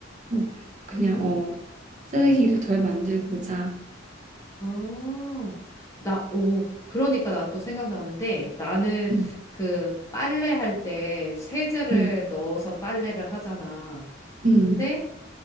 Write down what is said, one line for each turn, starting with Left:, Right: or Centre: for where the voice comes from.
Right: 어, 그냥
Left: 음,
Right: 어 쓰레기를 덜 만들고자.
Left: 아, 나, 오, 그러니까 나 또 생각나는데, 나는
Right: 음.
Left: 그 빨래할 때 세제를
Right: 음.
Left: 넣어서 빨래를 하잖아.
Right: 음.
Left: 근데